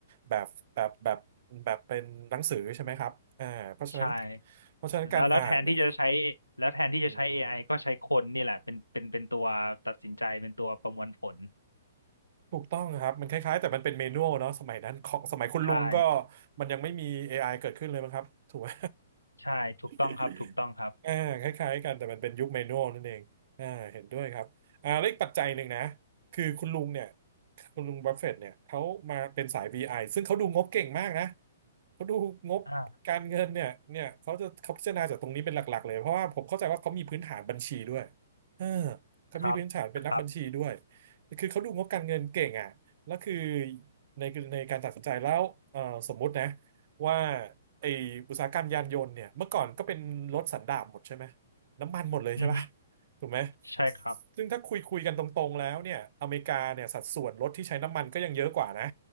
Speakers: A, on the right; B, on the left.
A: แบบแบบแบบแบบเป็นหนังสือใช่ไหมครับอ่าเพราะฉะนั้น
B: ใช่
A: เพราะฉะนั้นการอ่านเนี่ย
B: แล้วแล้วแทนที่จะใช้แล้วแทนที่จะใช้
A: ดีมาก
B: AI ก็ใช้คนนี่แหละเป็นเป็นเป็นตัวตัดสินใจเป็นตัวประมวลผล
A: ๆถูกต้องครับมันคล้ายๆแต่มันเป็นเมนูเนาะสมัยนั้นของสมัยคุณลุงก็
B: ใช่
A: มันยังไม่มี AI เกิดขึ้นเลยมั้งครับถูกไหม
B: ใช่ถูกต้องครับถูกต้องครับ
A: <laughs> อ่าคล้ายๆกันแต่มันเป็นยุคเมนูนั่นเองอ่าเห็นด้วยครับอ่าแล้วอีกปัจจัยหนึ่งนะคือคุณลุงเนี่ยคุณลุงบัฟเฟตต์เนี่ยเขามาเป็นสาย BI ซึ่งเขาดูงบเก่งมากนะเขาดูงบการเงินเนี่ยเนี่ยเขาจะเขาพิจารณาจากตรงนี้เป็นหลักๆเลยเพราะว่าผมเข้าใจว่าเขามีพื้นฐานบัญชีด้วย
B: อ่า
A: เออเขามีพื้นฐานเป็นนักบัญชีด้วย
B: ครับครับ
A: คือเขาดูงบการเงินเก่งอ่ะแล้วคือในในการตัดสินใจแล้วเออสมมุตินะว่า ไออุตสาหกรรมยานยนต์เนี่ยเมื่อก่อนก็เป็นรถสันดาปหมดใช่ไหมน้ำมันหมดเลยใช่ป่ะ
B: อือฮึ
A: ถูกไหม
B: ใช่ครับ
A: ซึ่งถ้าคุยคุยกันตรงๆแล้วเนี่ยอเมริกาเนี่ยสัดส่วนรถที่ใช้น้ำมันก็ยังเยอะกว่านะ